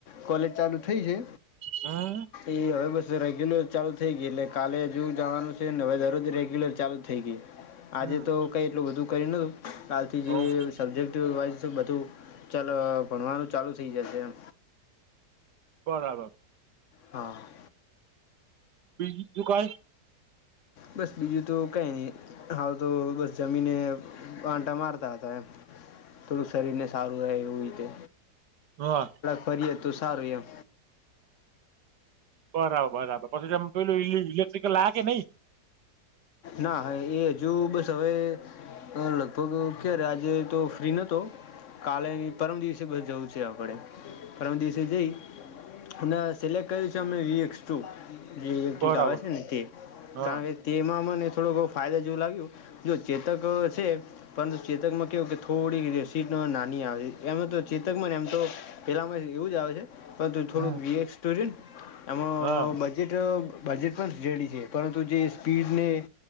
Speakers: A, on the left; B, on the right.
A: કોલેજ ચાલુ થઈ છે.
B: હા.
A: એ, હવે બસ રેગ્યુલર ચાલુ થઈ ગય એટલે કાલે જોવ જવાનું છે ને. હવે દરરોજ રેગ્યુલર ચાલુ થઈ ગઈ.
B: હમ
A: આજે તો કઈ એટલું બધું કરી નતું. કાલથી
B: હવ
A: જે સબ્જેક્ટ બધું ચાલ, ભણવાનું ચાલુ થઈ જશે એમ‌.
B: બરાબર.
A: હા.
B: બીજી જો કાઈ?
A: બસ બીજું તો કઈ નહી. હાલ તો બસ જમીને આંટા મારતા હતા એમ. થોડું શરીરને સારું રહે એવું રીતે.
B: હા.
A: ફરીએ તું સારું એમ.
B: બરાબર, બરાબર. પછી પેલુ ઇલેક્ટ્રિકલ, આ કે નઈ?
A: ના, હા. એ હજુ બસ હવે. લગભગ ક્યારે? આજે તો ફ્રી નતો, કાલે પરમ દિવસે. જવું છે આપડે, પરમ દિવસે જઈ. અને સિલેક્ટ કર્યું છે અમે વીએક્સ ટુ. જે ઇલેક્ટ્રિક
B: બરાબર
A: આવે છે ને, તે
B: હા
A: કારણ કે તેમાં મને થોડો બહુ ફાયદા જેવું લાગ્યું. જો ચેતક છે. પરંતુ ચેતકમાં કેવું કે, થોડી સીટ નાની આવે છે. એમાં તો ચેતકમાં ને એમ તો પેલામાં એવું જ આવે છે. પણ તું થોડુંક
B: હમ
A: વીએક્સ ટુર ને, એમાં
B: હા
A: બજેટ તો બજેટ પણ જેડી છે. પરંતુ જે સ્પીડને